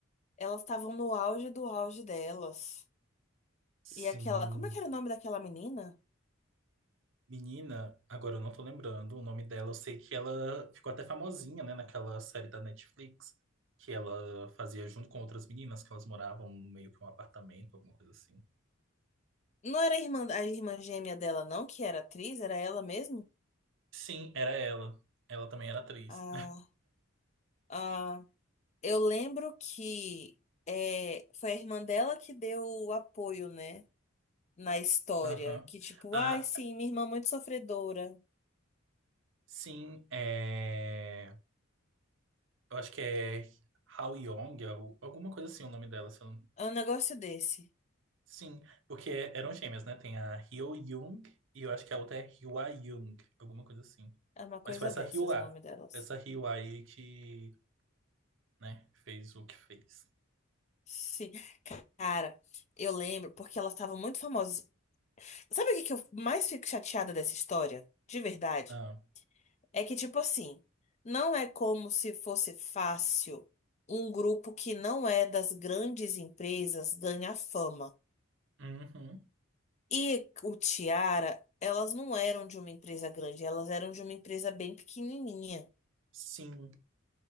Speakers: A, on the left (about 35°); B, on the right (about 65°).
A: elas estavam no auge do auge delas.
B: Sim.
A: E aquela. Como é que era o nome daquela menina?
B: Menina, agora eu não tô lembrando o nome dela. Eu sei que ela ficou até famosinha, né, naquela série da Netflix que ela fazia junto com outras meninas que elas moravam no meio que um apartamento, alguma coisa assim.
A: Não era a irmã, a irmã gêmea dela, não, que era atriz, era ela mesmo?
B: Sim, era ela. Ela também era atriz.
A: Ah, ah, eu lembro que é, foi a irmã dela que deu o apoio, né? Na história.
B: <laughs> Aham.
A: Que tipo,
B: A
A: ai, sim, minha irmã é muito sofredora.
B: Sim, é... eu acho que é Hao Yong, al- alguma coisa assim o nome dela. se eu não-
A: É um negócio desse.
B: Sim, porque é, eram gêmeas, né? Tem a Hyo Young e eu acho que a outra é Hwa Young, alguma coisa assim.
A: É uma coisa
B: Mas foi essa
A: dessas,
B: Hwa,
A: o nome delas.
B: essa Hwa aí que, né, fez o que fez.
A: Sim. Cara, eu lembro porque elas estavam muito famosas. Sabe o que que eu mais fico chateada dessa história? De verdade?
B: Ah,
A: É que, tipo assim, não é como se fosse fácil um grupo que não é das grandes empresas ganhar fama.
B: uhum,
A: E o Tiara, elas não eram de uma empresa grande, elas eram de uma empresa bem pequenininha.
B: sim,